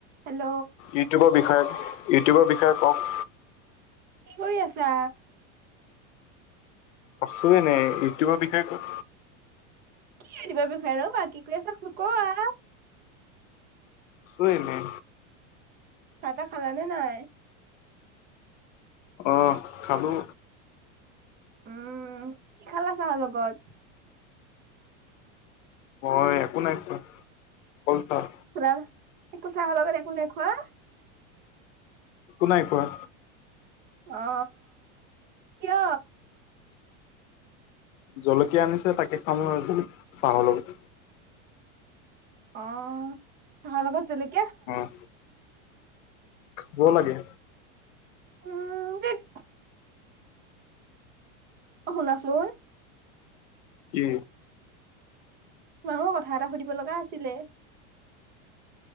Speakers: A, on the right; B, on the left.
A: Hello.
B: ইউটিউবৰ বিষয়ে, ইউটিউবৰ বিষয়ে কওক?
A: কি কৰি আছা?
B: আছো এনে, ইউটিউবৰ বিষয়ে ক
A: কি ইউটিউবৰ বিষয়ে আৰু বাকী কি কৰি আছা কৱা?
B: আছো এনেই।
A: চাহ তাহ খালানে নাই?
B: অহ খালো।
A: উম কি খালা চাহ লগত?
B: মই একো নাই খোৱা, অকল চাহ।
A: খোলা একো চাহ লগত একো নাই খোৱা!
B: একো নাই খোৱা।
A: অ কিয়?
B: জলকীয়া আনিছে তাকে খাম আৰু জল চাহৰ লগত।
A: অঁ চাহাৰ লগত জলক
B: অঁ। ব লাগে।
A: উম ধেত! অ শুনাচোন।
B: কি?
A: তোমাক মোৰ কথা এটা সুধিব লগা আছিলে।